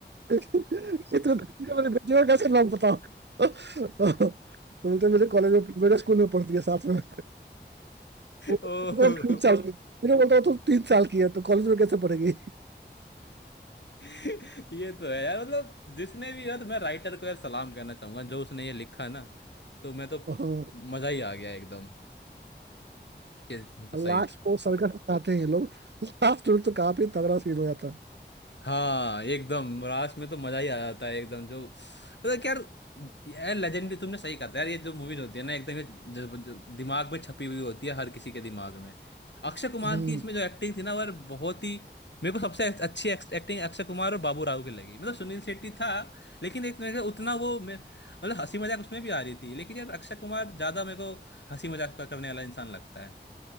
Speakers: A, on the right; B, on the left.
A: कितने मेरे बेटे का कैसे नाम पता तो बोलते मेरे कॉलेज में मेरे स्कूल में पढ़ती है साथ में वो
B: ओ
A: तो तीन साल की मैंने बोलता वो तो तीन साल की है तो कॉलेज में कैसे पढ़ेगी
B: ये तो है यार मतलब जिसने भी यार तो मैं राइटर को यार सलाम करना चाहूंगा जो उसने ये लिखा ना तो मैं तो
A: हाँ
B: मजा ही आ गया एकदम कि तो सही
A: लास्ट को सर्कस आते हैं ये लोग लास्ट में तो काफी तगड़ा सीन हो जाता है
B: हाँ एकदम लास्ट में तो मजा ही आ जाता है एकदम जो मतलब कि यार यार लेजेंडरी तुमने सही कहा था यार ये जो मूवीज होती है ना एकदम ये ज- ज- दिमाग में छपी हुई होती है हर किसी के दिमाग में अक्षय कुमार
A: हम्म
B: की इसमें जो एक्टिंग थी ना वो यार बहुत ही मेरे को सबसे अच्छी एक्टिंग अक्षय कुमार और बाबू राव की लगी मतलब सुनील शेट्टी था लेकिन एक मेरे को उतना वो मे- मतलब हंसी मजाक उसमें भी आ रही थी लेकिन यार अक्षय कुमार ज्यादा मेरे को हंसी मजाक करने वाला इंसान लगता है